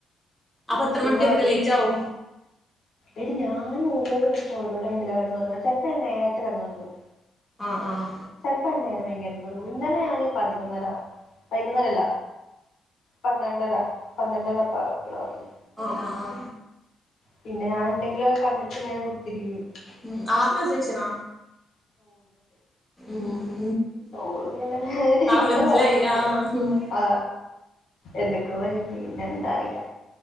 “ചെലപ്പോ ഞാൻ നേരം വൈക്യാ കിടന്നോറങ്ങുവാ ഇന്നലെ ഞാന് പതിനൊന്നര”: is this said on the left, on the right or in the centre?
Left